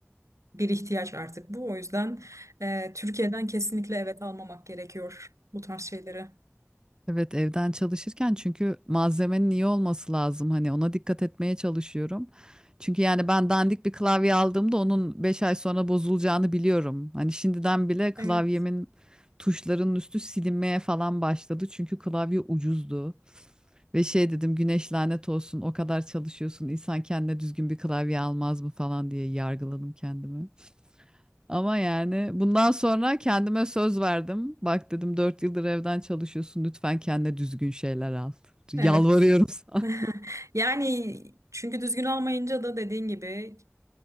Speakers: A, on the right; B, on the right.
A: bir ihtiyaç artık bu. O yüzden e, Türkiye'den kesinlikle evet almamak gerekiyor bu tarz şeyleri.
B: Evet evden çalışırken çünkü malzemenin iyi olması lazım hani ona dikkat etmeye çalışıyorum. Çünkü yani ben dandik bir klavye aldığımda onun 5 ay sonra bozulacağını biliyorum. Hani şimdiden bile klavyemin
A: Evet.
B: tuşlarının üstü silinmeye falan başladı. Çünkü klavye ucuzdu. Ve şey dedim güneş lanet olsun o kadar çalışıyorsun insan kendine düzgün bir klavye almaz mı falan diye yargıladım kendimi. Ama yani bundan sonra kendime söz verdim. Bak dedim 4 yıldır evden çalışıyorsun. Lütfen kendine düzgün şeyler al. Yalvarıyorum
A: Evet.
B: sana.
A: <laughs> Yani çünkü düzgün almayınca da dediğin gibi